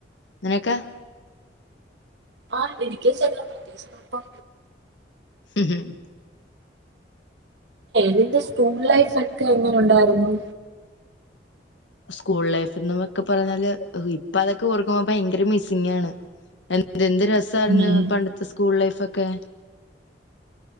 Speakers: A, on the left (about 80°); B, on the right (about 70°).
A: നിനക്കോ
B: ആ എനിക്ക് സുഖാണ് പ്രത്യേകിച്ച് കുഴപ്പ
A: ഉം ഉം
B: ന്റെ സ്കൂൾ ലൈഫ് ഒക്കെ എങ്ങനെ ഉണ്ടായിരുന്നു
A: സ്കൂൾ ലൈഫ് എന്നൊക്കെ പറഞ്ഞാല് ഇപ്പൊ അതൊക്കെ ഓർക്കുമ്പോ ഭയങ്കര മിസ്സിംഗാണ് ഇതെന്ത് രസായിരുന്നു
B: ഉം.
A: പണ്ടത്തെ സ്കൂൾ ലൈഫ് ഒക്കെ